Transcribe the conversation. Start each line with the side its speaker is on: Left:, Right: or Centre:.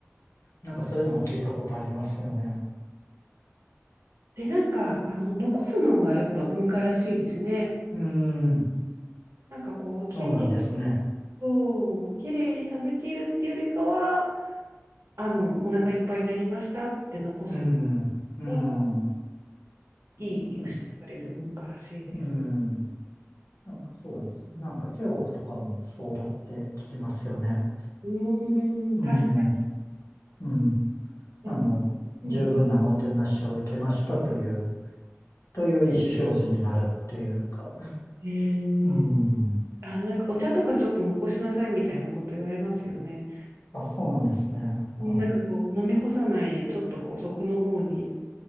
Left: なんかそういうのも聞いたことありますよね。
Right: で、なんか、あの、残すのがやっぱ文化らしいですね。
Left: うーん、
Right: なんかこう、
Left: そうなんですね。
Right: 綺麗そう、綺麗に食べきるっていうよりかは、あの、お腹いっぱいになりましたって残す
Left: うーん、うーん、
Right: のがいい良しとされる文化らしいです。
Left: <laughs> うーん、なんかそうですね。なんか中国とかもそうだって聞きますよね。
Right: うーん、
Left: うん、
Right: 確か
Left: うん、あの、
Right: に。なんか、うん。
Left: 十分なもてなしを受けましたという、という意思表示になるっていうか。
Right: へえ
Left: うん
Right: あの、なんかお茶とかちょっと残しなさいみたいなこと言われますよね。
Left: あ、そうなんですね。は
Right: なんかこう、飲み干さないで、ちょっとこう、そこの方に